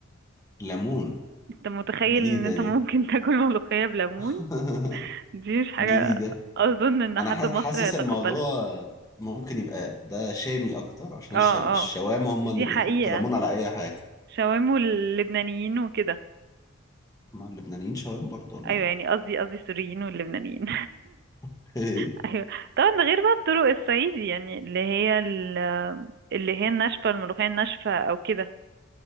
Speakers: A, on the left; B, on the right.
A: ليمون
B: انت متخيل
A: جديدة
B: ان انت
A: دي
B: ممكن <laughs> تاكل ملوخية بليمون
A: <laughs>
B: دي مش حاجة
A: جديدة
B: اظن ان
A: أنا
B: حد
A: حاس-
B: مصري
A: حاسس
B: هيتقبلها
A: الموضوع ممكن يبقى ده شامي أكتر عشان
B: اه
A: الش- الشوام
B: اه
A: هم اللي
B: دي
A: بيحطوا
B: حقيقة
A: ليمون على أي حاجة
B: شاورما واللبنانيين وكده
A: ما اللبنانيين شوام برضو ولا
B: ايوه
A: إيه؟
B: يعني قصدي قصدي السوريين واللبنانيين
A: <laughs>
B: <laughs> ايوه طبعا ده غير بقى الطرق الصعيدي يعني اللي هي ال- اللي هي الناشفة الملوخية الناشفة او كده